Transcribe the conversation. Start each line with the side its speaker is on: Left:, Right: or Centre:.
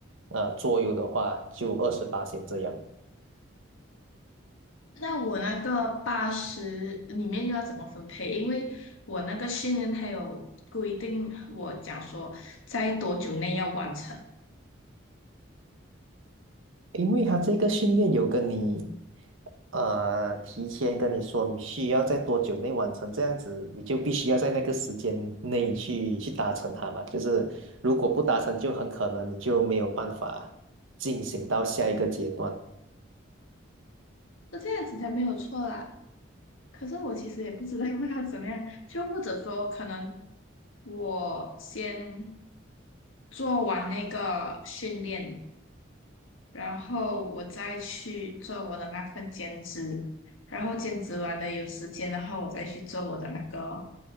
Right: 呃桌游的话就二十八先这样。
Left: 那我那个八十里面又要怎么分配？因为我那个训练还有规定，我讲说在多久内要完成，
Right: 因为他这个训练有跟你呃提前跟你说你需要在多久内完成，这样子你就必须要在那个时间内去去达成它嘛。就是如果不达成，就很可能你就没有办法进行到下一个阶段。
Left: 那这样子才没有错啦。可是我其实也不知道 <laughs> 要怎么样，就或者说可能我先做完那个训练，然后我再去做我的那份兼职，然后兼职完了有时间，的话，我再去做我的那个